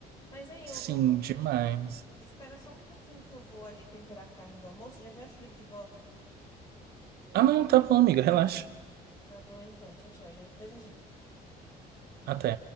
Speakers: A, on the left; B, on the right.
A: Mas, hein,
B: Sim,
A: eu vou. com-
B: demais.
A: Espera só um pouquinho que eu vou ali temperar a carne do almoço. Já já eu te ligo de volta.
B: Ah, não, tá bom, amiga, relaxa.
A: Tá bom, então. Tchau, tchau. Já- Até já já.
B: Até.